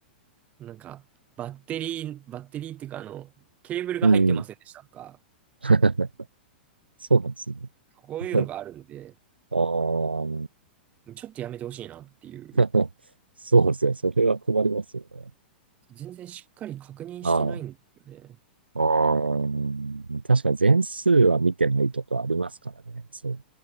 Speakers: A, on the right; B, on the right.
A: なんか、バッテリー、バッテリーっていうか、あの、ケーブルが入ってませんでしたとか、
B: うん。<laughs> そうなんですね。
A: こういうのがあるんで、
B: <laughs> ああ、
A: ちょっとやめてほしいなっていう。
B: <laughs> そうですね。それは困りますよね。
A: 全然しっかり確認してないんですよね。
B: ああ、ああ確かに全数は見てないとかありますからね。そう。